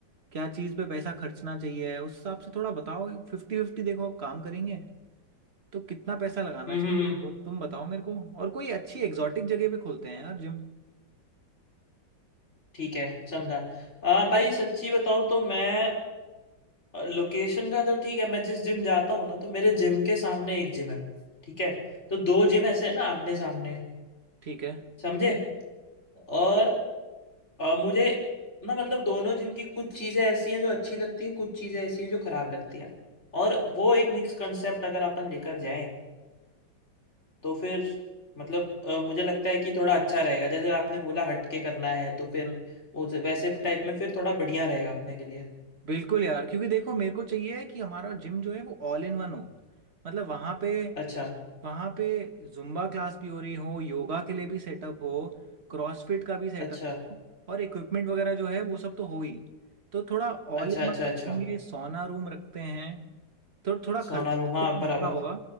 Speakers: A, on the right (about 35°); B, on the left (about 35°).
A: क्या चीज़ पे पैसा खर्चना चाहिए उस हिसाब से थोड़ा बताओ फिफ्टी फिफ्टी देखो अब काम करेंगे तो कितना पैसा लगाना
B: हम्म
A: चाहिए
B: हम्म,
A: वो तुम बताओ मेरे को और कोई अच्छी एग्जॉटिक जगह पे खोलते हैं यार जिम
B: ठीक है समझा आ, भाई सच्ची बताऊं तो मैं लोकेशन का तो ठीक है मैं जिस जिम जाता हूँ ना तो मेरे जिम के सामने एक जिम है ठीक है तो दो जिम ऐसे है ना आमने सामने
A: ठीक है
B: समझे और आ, मुझे ना मतलब दोनों जिम की कुछ चीजें ऐसी हैं जो अच्छी लगती हैं कुछ चीजें ऐसी हैं जो खराब लगती हैं और वो एक मिक्स कंसेप्ट अगर अपन लेकर जाएं तो फिर मतलब अ, मुझे लगता है कि थोड़ा अच्छा रहेगा जैसे आपने बोला हट के करना है तो फिर
A: हम्म
B: वो वैसे टाइप में फिर थोड़ा बढ़िया रहेगा अपने के लिए
A: बिल्कुल यार क्योंकि देखो मेरे को चाहिए है कि हमारा जिम जो है वो ऑल इन वन हो मतलब वहाँ पे
B: अच्छा
A: वहाँ पे जुम्बा क्लास भी हो रही हो योगा के लिए भी सेटअप हो क्रॉसफिट का भी सेटअप
B: अच्छा
A: हो और इक्विपमेंट वगैरह जो है वो सब तो हो ही तो थोड़ा ऑल
B: अच्छा
A: इन
B: अच्छा
A: वन
B: अच्छा
A: रखेंगे सोना रूम रखते हैं तो थोड़ा खर्चा
B: सोनारूमा
A: तो देखो
B: हाँ
A: महंगा
B: बराबर
A: होगा